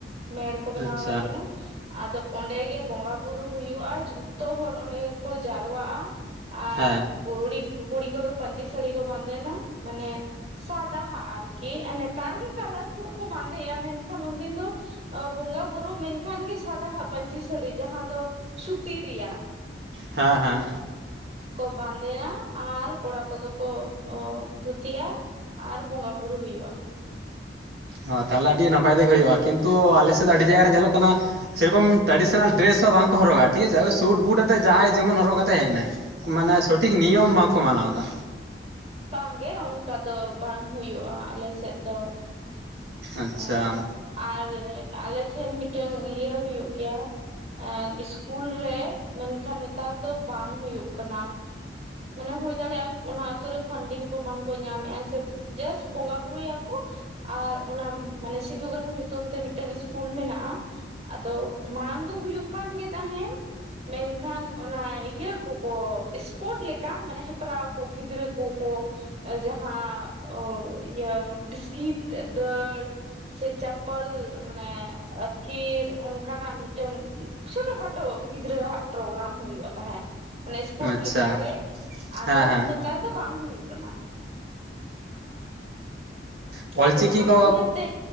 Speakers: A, on the right; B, on the right.
A: ᱢᱮᱲ ᱠᱚ ᱵᱮᱱᱟᱣ
B: ᱟᱪᱪᱷᱟ
A: ᱟᱠᱟᱜ ᱠᱤᱱᱟ ᱟᱫᱚ ᱚᱸᱰᱮ ᱜᱮ ᱵᱚᱸᱜᱟ ᱵᱩᱨᱩ ᱦᱩᱭᱩᱜᱼᱟ ᱡᱷᱚᱛᱚ ᱦᱚᱲ ᱚᱸᱰᱮ ᱜᱮᱠᱚ ᱡᱟᱨᱣᱟᱜᱼᱟ᱾ ᱟᱨ
B: ᱦᱮᱸ
A: ᱠᱩᱲᱤ ᱠᱩᱲᱤ ᱠᱚᱫᱚ ᱯᱟᱹᱧᱪᱤ ᱥᱟᱹᱲᱤ ᱠᱚ ᱵᱟᱸᱫᱮᱱᱟ ᱢᱟᱱᱮ ᱥᱟᱫᱟ᱾ ᱟᱨᱠᱤ ᱱᱮᱛᱟᱨ ᱜᱤ ᱠᱟᱞᱟᱨ ᱯᱷᱩᱞ ᱠᱚ ᱵᱟᱸᱫᱮᱼᱟ ᱢᱮᱱᱠᱷᱟᱱ ᱩᱱᱫᱤᱱ ᱫᱚ ᱟᱹ ᱵᱚᱸᱜᱟ ᱵᱩᱨᱩ ᱢᱮᱱᱠᱷᱟᱱ ᱜᱤ ᱥᱟᱫᱟ ᱦᱟᱜ ᱯᱟᱹᱧᱪᱤ ᱥᱟᱹᱲᱤ ᱡᱟᱦᱟᱸ ᱫᱚ ᱥᱩᱛᱤ ᱨᱮᱭᱟᱜ
B: ᱦᱮᱸ ᱦᱮᱸ
A: ᱠᱚ ᱵᱟᱸᱫᱮᱭᱟ ᱟᱨ ᱠᱚᱲᱟ ᱠᱚᱫᱚ ᱠᱚ ᱚ ᱫᱷᱩᱛᱤᱜᱼᱟ ᱟᱨ ᱵᱚᱸᱜᱟ ᱵᱩᱨᱩ ᱦᱩᱭᱩᱜᱼᱟ᱾
B: ᱚ ᱛᱟᱦᱚᱞᱮ ᱟᱹᱰᱤ ᱱᱟᱯᱟᱭ ᱛᱮᱜᱮ ᱦᱩᱭᱩᱜᱼᱟ ᱠᱤᱱᱛᱩ ᱟᱞᱮᱥᱮᱫ ᱫᱚ ᱟᱹᱰᱤ ᱡᱟᱭᱜᱟ ᱨᱮ ᱧᱮᱞᱚᱜ ᱠᱟᱱᱟ ᱥᱮ ᱨᱚᱠᱚᱢ ᱴᱨᱟᱰᱤᱥᱱᱟᱞ ᱰᱮᱨᱮᱥ ᱦᱚᱸ ᱵᱟᱝᱠᱚ ᱦᱚᱨᱚᱜᱟ ᱴᱷᱤᱠ ᱟᱪᱷᱮ ᱥᱩᱴ ᱵᱩᱴ ᱟᱛᱮᱫ ᱡᱟᱦᱟᱸᱭ ᱡᱮᱢᱚᱱ ᱦᱚᱨᱚᱜ ᱠᱟᱛᱮ ᱦᱮᱡ ᱱᱟᱭ ᱢᱟᱱᱮ ᱥᱚᱴᱷᱤᱠ ᱱᱤᱭᱚᱢ ᱵᱟᱝᱠᱚ ᱢᱟᱱᱟᱣ ᱮᱫᱟ᱾
A: ᱵᱟᱝᱜᱮ ᱚᱱᱠᱟ ᱫᱚ ᱵᱟᱝ ᱦᱩᱭᱩᱜᱼᱟ ᱟᱞᱮᱥᱮᱫ ᱫᱚ᱾
B: ᱟᱪᱪᱷᱟ
A: ᱚ ᱟᱨ ᱟᱞᱮᱴᱷᱮᱱ ᱢᱤᱫᱴᱮᱱ ᱤᱭᱟᱹ ᱦᱩᱭᱩᱜ ᱜᱮᱭᱟ᱾ ᱟᱨ ᱤᱥᱠᱩᱞ ᱨᱮ ᱢᱮᱱᱠᱷᱟᱱ ᱱᱮᱛᱟᱨ ᱫᱚ ᱵᱟᱝ ᱦᱩᱭᱩᱜ ᱠᱟᱱᱟ᱾ ᱢᱟᱱᱮ ᱦᱩᱭ ᱫᱟᱲᱮᱭᱟᱜᱼᱟ ᱚᱱᱟ ᱟᱹᱛᱩ ᱨᱮ ᱯᱷᱟᱱᱰᱤᱝ ᱠᱚ ᱵᱟᱝᱠᱚ ᱧᱟᱢ ᱮᱼᱟ ᱥᱮ ᱡᱟᱥ ᱵᱚᱸᱜᱟ ᱵᱩᱨᱩ ᱭᱟᱠᱚ᱾ ᱟᱨ ᱚᱱᱟ ᱢᱟᱱᱮ ᱥᱤᱫᱩ ᱠᱟᱹᱱᱩ ᱧᱩᱛᱩᱢ ᱛᱮ ᱢᱤᱫᱴᱟᱝ ᱤᱥᱠᱩᱞ ᱢᱮᱱᱟᱜᱼᱟ᱾ ᱟᱫᱚ ᱢᱟᱲᱟᱝ ᱫᱚ ᱦᱩᱭᱩᱜ ᱠᱟᱱᱜᱮ ᱛᱟᱦᱮᱸᱱ᱾ ᱢᱮᱱᱠᱷᱟᱱ ᱚᱱᱟ ᱤᱭᱟᱹ ᱠᱚᱠᱚ ᱯᱳᱴ ᱞᱮᱠᱟ ᱢᱟᱱᱮ ᱦᱮᱯᱨᱟᱣ ᱠᱚ ᱜᱤᱫᱽᱨᱟᱹ ᱠᱚᱠᱚ ᱡᱟᱦᱟᱸ ᱚ ᱤᱭᱟᱹ ᱵᱤᱥᱴᱤᱛ ᱫᱟᱹᱲ᱾ ᱥᱮ ᱪᱟᱯᱯᱚᱞ ᱢᱟᱱᱮ ᱟᱹᱛᱠᱤᱨ ᱚᱱᱠᱟᱱᱟᱜ ᱢᱤᱫᱴᱟᱝ ᱪᱷᱳᱴᱚ ᱠᱷᱟᱴᱳ ᱜᱤᱫᱽᱨᱟᱹᱜ ᱯᱨᱳᱜᱨᱟᱢ ᱦᱩᱭᱩᱜᱼᱟ ᱛᱟᱦᱮᱸᱫ᱾ ᱢᱟᱱᱮ ᱥᱯᱳᱴ
B: ᱟᱪᱪᱷᱟ
A: ᱞᱮᱠᱟᱜᱮ ᱟᱫᱚ
B: ᱦᱮᱸ ᱦᱮᱸ
A: ᱱᱮᱛᱟᱨ ᱫᱚ ᱵᱟᱝ ᱦᱩᱭᱩᱜ ᱠᱟᱱᱟ᱾
B: ᱚ ᱚᱞᱪᱤᱠᱤ
A: ᱟᱫᱚ ᱟᱢᱟᱜ
B: ᱠᱚ
A: ᱩᱭᱦᱟᱹᱨ ᱛᱮ